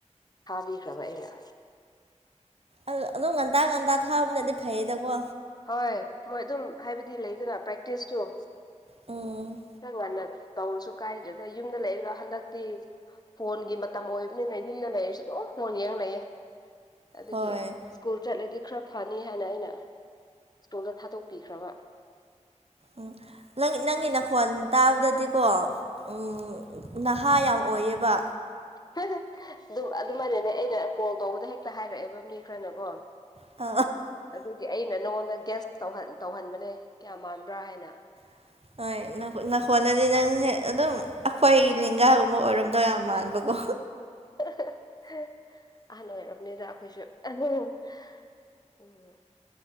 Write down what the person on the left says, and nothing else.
ꯊꯥꯕꯤꯈ꯭ꯔꯕ ꯑꯩꯅ
ꯍꯣꯏ ꯃꯣꯏ ꯑꯗꯨꯝ ꯍꯥꯏꯕꯗꯤ ꯂꯩꯗꯅ ꯄ꯭ꯔꯦꯛꯇꯤꯁꯇꯣ
ꯈꯤꯇꯪ ꯉꯟꯅ ꯇꯧꯔꯁꯨ ꯀꯥꯏꯗ꯭ꯔꯦꯗ ꯌꯨꯝꯗ ꯂꯩꯔꯒ ꯍꯟꯗꯛꯇꯤ ꯐꯣꯟꯒꯤ ꯃꯇꯝ ꯑꯣꯏꯕꯅꯤꯅ ꯌꯨꯝꯗ ꯂꯩꯔꯁꯨ ꯑꯗꯨꯝ ꯐꯣꯟ ꯌꯦꯡ ꯂꯩꯌꯦ ꯑꯗꯨꯒꯤ
ꯁ꯭ꯀꯨꯜ ꯆꯠꯂꯗꯤ ꯈꯔ ꯐꯅꯤ ꯍꯥꯏꯅ ꯑꯩꯅ ꯁ꯭ꯀꯨꯜꯗ ꯊꯥꯗꯣꯛꯄꯤꯈ꯭ꯔꯕ
ꯍꯟ ꯑꯗꯨꯝ ꯑꯗꯨꯃꯥꯏꯅꯅꯦ ꯑꯩꯅ ꯀꯣꯜ ꯇꯧꯕꯗ ꯍꯦꯛꯇ ꯍꯥꯏꯔꯛꯑꯦꯕ ꯃꯤ ꯈ꯭ꯔꯅꯀꯣ
ꯑꯗꯨꯝ ꯑꯩꯅ ꯅꯉꯣꯟꯗ ꯒꯦꯁ ꯇꯧꯍꯟ ꯇꯧꯍꯟꯕꯅꯦ ꯀꯌꯥ ꯃꯥꯟꯕ꯭ꯔꯥ ꯍꯥꯏꯅ
ꯑꯍꯥ ꯍꯥ ꯍꯥ ꯑꯍꯟ ꯑꯣꯏꯔꯕꯅꯤꯗ ꯑꯩꯈꯣꯏꯁꯨ ꯑꯍꯝ